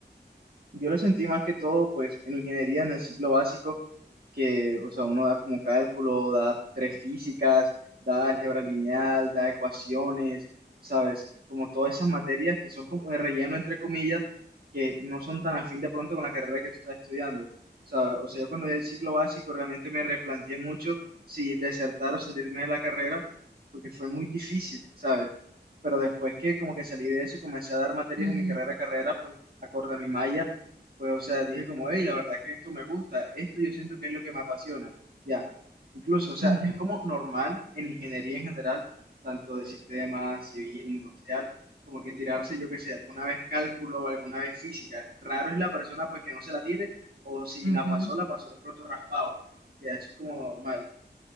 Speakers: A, on the right (about 60°); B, on the right (about 80°).
A: Yo lo sentí más que todo, pues, en ingeniería, en el ciclo básico, que, o sea, uno da como cálculo, da tres físicas, da álgebra lineal, da ecuaciones, ¿sabes? Como todas esas materias que son como de relleno, entre comillas, que no son tan afín de pronto con la carrera que tú estás estudiando. O sea, o sea, yo cuando di el ciclo básico realmente me replanteé mucho si desertar o salirme de la carrera, porque fue muy difícil, ¿sabes? Pero después que como que salí de eso y comencé a dar materias
B: Ujú,
A: en mi carrera a carrera, pues acorde a mi malla pues, o sea, dije como, hey, la verdad es que esto me gusta, esto yo siento que es lo que me apasiona. Ya, incluso, o sea,
B: ujú,
A: es como normal en ingeniería en general, tanto de sistemas, civil, industrial, como que tirarse, yo qué sé, alguna vez cálculo o alguna vez física. Raro es la persona pues que no se la tire, o si
B: ujú.
A: la pasó, la pasó de pronto raspado. Ya, eso es como normal.